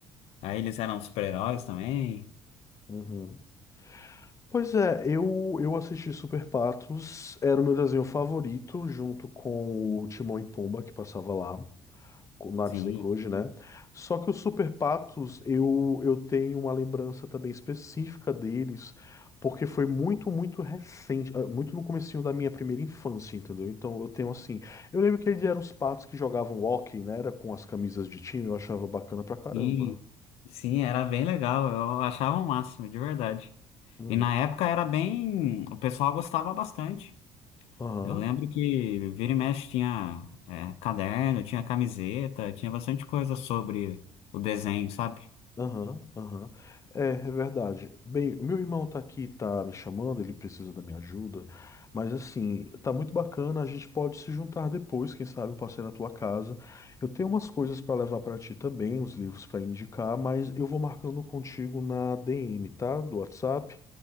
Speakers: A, on the left; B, on the left.
A: Aí eles eram super-heróis também.
B: uhum. Pois é, eu, eu assisti Super Patos, era o meu desenho favorito, junto com o Timão e Pumba, que passava lá. na
A: Sim,
B: Disney Cruise, né? Só que os Super Patos, eu, eu tenho uma lembrança também específica deles, porque foi muito, muito recente, ah, muito no comecinho da minha primeira infância, entendeu? Então eu tenho assim, eu lembro que eles eram os patos que jogavam hóquei, né? Era com as camisas de time, eu achava bacana pra caramba.
A: sim, sim, era bem legal. Eu achava o máximo, de verdade.
B: Uhum.
A: E na época era bem. O pessoal gostava bastante.
B: Aham.
A: Eu lembro que vira e mexe tinha, é, caderno, tinha camiseta, tinha bastante coisa sobre o desenho, sabe?
B: Aham, aham. É, é verdade. Bem, o meu irmão tá aqui, tá me chamando, ele precisa da minha ajuda, mas assim, tá muito bacana, a gente pode se juntar depois, quem sabe eu passei na tua casa. Eu tenho umas coisas pra levar pra ti também, uns livros pra indicar, mas eu vou marcando contigo na DM, tá? Do WhatsApp.